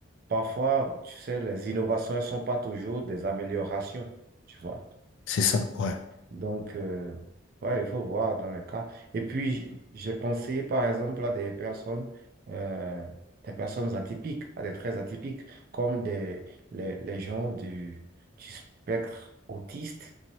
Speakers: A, on the right (about 50°); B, on the left (about 70°).
A: Parfois, tu sais, les innovations, elles ne sont pas toujours des améliorations, tu vois.
B: C'est ça, ouais.
A: Donc, euh, ouais, il faut voir dans les cas. Et puis, j- j'ai pensé, par exemple, à des personnes, euh, des personnes atypiques, à des traits atypiques, comme des, les, les gens du, du spectre autiste